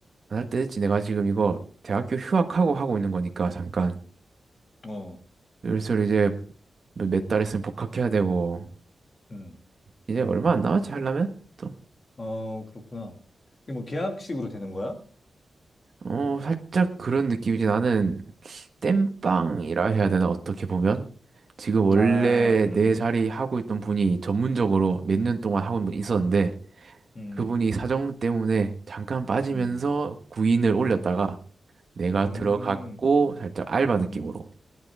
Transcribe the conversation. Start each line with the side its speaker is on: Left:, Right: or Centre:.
Right: 안 할 때 됐지. 내가 지금 이거 대학교 휴학하고 하고 있는 거니까 잠깐.
Left: 어,
Right: 슬슬 이제 뭐 몇달 있으면 복학해야 되고,
Left: 음,
Right: 이제 얼마 안 남았지 하려면? 또.
Left: 어, 그렇구나. 이게 뭐 계약식으로 되는 거야?
Right: 어, 살짝 그런 느낌이지. 나는 땜빵이라 해야 되나, 어떻게 보면? 지금 원래
Left: 아, 음,
Right: 내 자리 하고 있던 분이 전문적으로 몇 년 동안 하고 있는 분이 있었는데,
Left: 음,
Right: 그분이 사정 때문에 잠깐 빠지면서
Left: 음,
Right: 구인을
Left: 음,
Right: 올렸다가 내가
Left: 음,
Right: 들어갔고 살짝 알바 느낌으로
Left: 음,